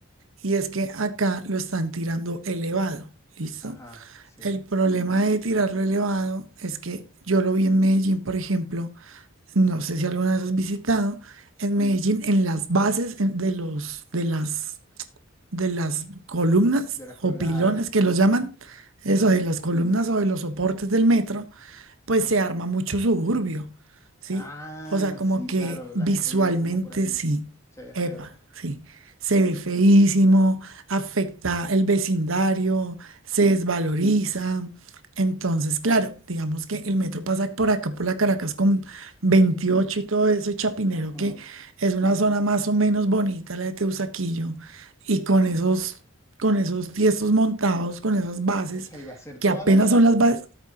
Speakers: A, on the right (about 75°); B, on the left (about 15°).
A: Y es que acá lo están tirando elevado, ¿listo?
B: Ajá, sí.
A: El problema de tirarlo elevado es que yo lo vi en Medellín, por ejemplo, no sé si alguna vez has visitado, en Medellín, en las bases en- de los, de las, de las columnas
B: De las col-
A: o pilones
B: ajá, el-
A: que los llaman, eso, de las columnas o de los soportes del metro, pues se arma mucho suburbio, ¿sí?
B: Ah,
A: O sea, como
B: sí,
A: que
B: claro, la
A: visualmente
B: gente vive como por ahí.
A: sí,
B: Se ve
A: epa,
B: feo.
A: sí. Se ve feísimo, afecta el vecindario, se desvaloriza. Entonces, claro, digamos que el metro pasa por acá, por la Caracas con 28 y todo eso, y Chapinero,
B: Ujú.
A: que es una zona más o menos bonita, la de Teusaquillo, y con esos, con esos tiestos montados, con esas bases,
B: O sea, iba a ser toda
A: que apenas
B: la Caracas.
A: son las bases,